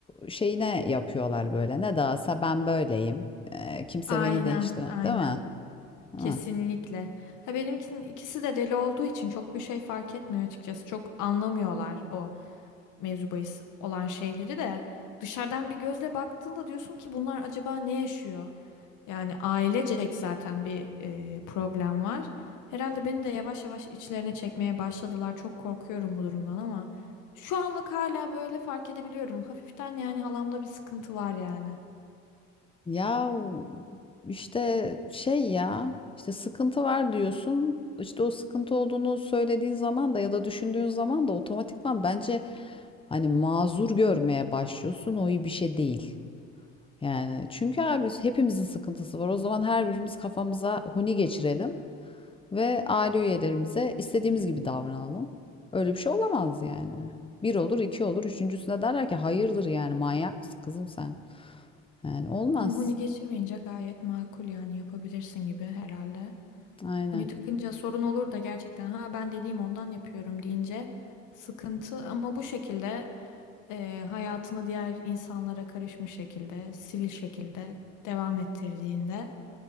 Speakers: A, on the left; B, on the left.
A: şeyine yapıyorlar böyle ne dağılsa ben böyleyim Ee, kimse
B: Aynen,
A: beni değiştiremez
B: aynen.
A: değil mi? Değil
B: Kesinlikle.
A: mi?
B: Ha benimkinin ikisi de deli olduğu için çok bir şey fark etmiyor açıkçası. Çok anlamıyorlar o mevzu bahis olan şeyleri de. Dışarıdan bir gözle baktığında diyorsun ki bunlar acaba ne yaşıyor? Yani ailecek zaten bir e, problem var. Herhalde beni de yavaş yavaş içlerine çekmeye başladılar. Çok korkuyorum bu durumdan ama şu anlık hala böyle fark edebiliyorum. Hafiften yani halamda bir sıkıntı var yani.
A: Ya işte şey ya işte sıkıntı var diyorsun. İşte o sıkıntı olduğunu söylediğin zaman da ya da düşündüğün zaman da otomatikman bence hani mazur görmeye başlıyorsun. O iyi bir şey değil. Yani çünkü abi hepimizin sıkıntısı var. O zaman her birimiz kafamıza huni geçirelim ve aile üyelerimize istediğimiz gibi davranalım. Öyle bir şey olamaz yani. Bir olur, iki olur. Üçüncüsüne derler ki hayırdır yani manyak mısın kızım sen? Yani olmaz.
B: Ama huni geçirmeyince gayet makul yani yapabilirsin gibi herhalde.
A: Aynen.
B: Huni takınca sorun olur da gerçekten ha ben deliyim ondan yapıyorum deyince sıkıntı ama bu şekilde e, hayatını diğer insanlara karışmış şekilde, sivil şekilde devam ettirdiğinde